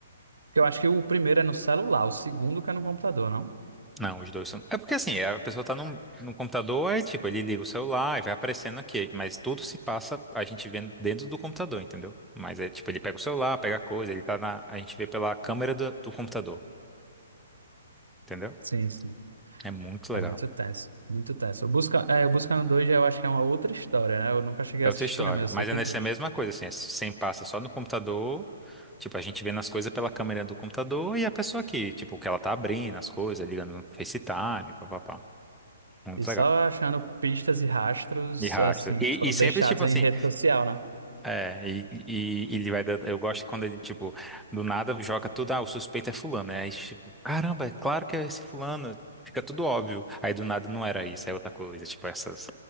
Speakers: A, on the right (about 75°); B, in the centre.
A: Que Eu acho que o primeiro é no celular, o segundo que é no computador, não?
B: Não, os dois são. É porque assim, a pessoa tá num, num computador, aí tipo, ele liga o celular e vai aparecendo aqui. Mas tudo se passa a gente vendo dentro do computador, entendeu? Mas é tipo, ele pega o celular, pega a coisa, ele tá na. A gente vê pela câmera do, do computador, entendeu?
A: Sim, sim.
B: É muito legal.
A: É muito tenso, muito tenso. O Busca, é, o Buscando dois eu acho que é uma outra história, né? Eu nunca cheguei
B: É
A: a
B: outra
A: assistir,
B: história.
A: não, mas eu
B: Mas
A: sei que
B: é nessa
A: existe.
B: mesma coisa, assim, é sem passa só no computador. Tipo, a gente vê nas coisas pela câmera do computador e a pessoa aqui, tipo, que ela tá abrindo as coisas, ligando no FaceTime, papapá. Muito
A: E
B: legal.
A: só achando pistas e rastros,
B: E rastro.
A: assim,
B: E,
A: que foram
B: e sempre,
A: deixados
B: tipo assim,
A: em rede social, né?
B: é, e, e- e ele vai dando, eu gosto quando ele, tipo, do nada joga tudo, ah, o suspeito é fulano, né? Aí, tipo, caramba, é claro que é esse fulano, fica tudo óbvio. Aí do nada não era isso, é outra coisa, tipo, essas,